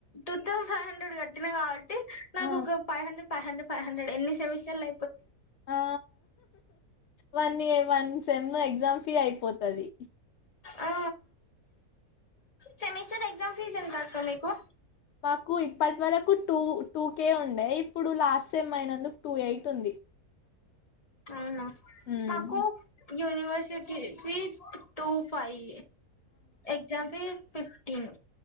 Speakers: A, on the left (about 25°); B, on the left (about 70°).
A: టత్ ఫైవ్ హండ్రడ్ కట్టిన కావట్టి నాకు
B: ఆ
A: ఒక five hundred five hundred five hundred ఎన్ని సెమిస్టర్ లు
B: ఆ వన్ ఏ వన్ సెమ్ లో ఎగ్జామ్ ఫీ అయిపోతది
A: ఆ సెమస్టర్ ఎక్సామ్ ఫీస్ ఎంత అక్క మీకు
B: మాకు ఇప్పటి వరకు టూ టూ కే ఉంటది ఇప్పుడు లాస్ట్ సెమ్ అయినందుకు టూ ఎయిట్ ఉంది
A: అవునా
B: ఉమ్.
A: మాకు university fees two five exam fee fifteen